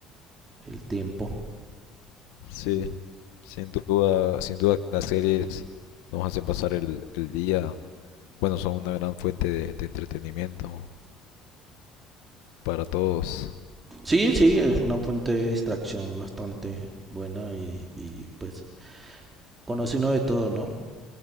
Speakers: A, on the right; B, on the left.
A: el tiempo.
B: Sí,
A: Sí.
B: sin duda, sin duda que las series nos hacen pasar el, el día. Bueno, son una gran fuente de, de entretenimiento para todos.
A: sí, sí, es una fuente de distracción bastante buena y, y pues conoce uno de todo, ¿no?